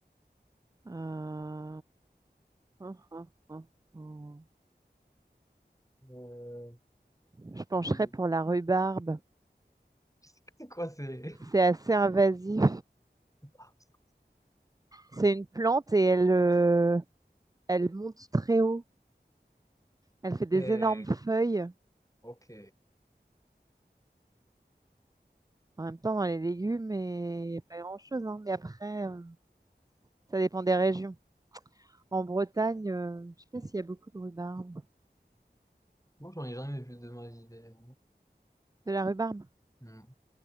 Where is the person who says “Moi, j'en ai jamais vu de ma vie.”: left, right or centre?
Left